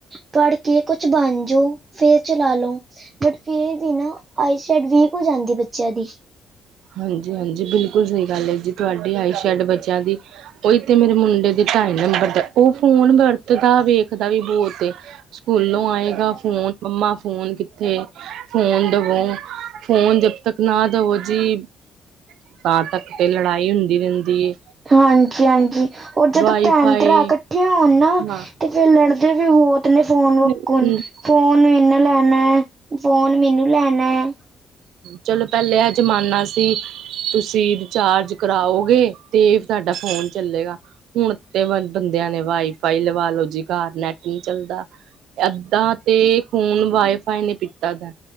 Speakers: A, on the right; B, on the right.
A: ਪੜ੍ਹ ਕੇ ਕੁਛ ਬਣ ਜੋ, ਫੇਰ ਚਲਾ ਲੋ। ਬਟ ਫੇਰ ਵੀ ਨਾ ਆਈ ਸ਼ੈਡ ਵੀਕ ਹੋ ਜਾਂਦੀ ਬੱਚੇਆਂ ਦੀ।
B: ਹਾਂਜੀ ਹਾਂਜੀ ਬਿਲਕੁਲ ਸ‌ਈ ਗੱਲ ਏ ਜੀ ਤੁਆਡੀ। ਆਈ ਸ਼ੈਡ ਬੱਚਿਆਂ ਦੀ ਓਈ ਤੇ ਮੇਰੇ ਮੁੰਡੇ ਦੇ ਢਾਈ ਨੰਬਰ ਦਾ ਓ ਫੋਨ ਵਰਤਦਾ, ਵੇਖਦਾ ਵੀ ਬਹੁ ਤੇ। ਸਕੂਲੋਂ ਆਏਗਾ ਫੋਨ ਮੰਮਾ ਫੋਨ ਕਿੱਥੇ, ਫੋਨ ਦਵੋ। ਫੋਨ ਜਦ ਤੱਕ ਨਾ ਦਵੋ ਜੀ ਤਾਂ ਤੱਕ ਤੇ ਲੜਾਈ ਹੁੰਦੀ ਰੈਂਦੀ ਏ।
A: ਹਾਂਜੀ -ਹਾਂਜੀ ਓ ਜਦੋਂ
B: ਵਾਈ
A: ਭੈਣ
B: ਫਾਈ
A: ਭਰਾ ਕੱਠੇ ਹੋਣ ਨਾ
B: ਹਾਂ
A: ਤੇ ਫੇਰ ਲੜਦੇ ਵੀ ਬੋਤ ਨੇ। ਫੋਨ
B: ਚਲੋ
A: ਵੱਕੂ ਫੋਨ ਇਨਾ ਲੈਣਾ। ਫੋਨ ਮੈਨੂੰ ਲੈਣਾ ਐ।
B: ਚਲੋ ਪੈਲੇ ਐ ਜ਼ਮਾਨਾ ਸੀ ਤੁਸੀਂ ਰਿਚਾਰਜ ਕਰਾਓਗੇ ਤੇ ਤਾਡਾ ਫੋਨ ਚੱਲੇਗਾ। ਹੁਣ ਤੇ ਬੰਦਿਆਂ ਨੇ ਵਾਈਫਾਈ ਲਵਾਲੋ ਜੀ ਘਰ ਨੈਟ ਨੀ ਚੱਲਦਾ। ਅੱਧਾ ਤੇ ਖੂਨ ਵਾਾਈਫਾਈ ਨੇ ਪੀਤਾ ਦਾ।